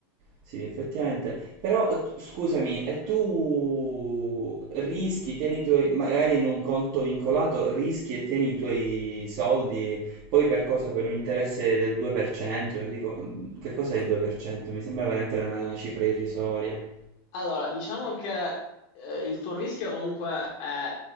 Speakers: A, on the right (about 45°); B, on the left (about 50°).
A: Sì, effettivamente. Però scusami, e tu rischi, tieni i tuoi, magari in un conto vincolato, rischi e tieni i tuoi soldi, e poi per cosa? Per un interesse del 2%? Io Dico, che cos'è il 2%? Mi sembra veramente una cifra irrisoria.
B: Allora, diciamo che eh, il tuo rischio comunque è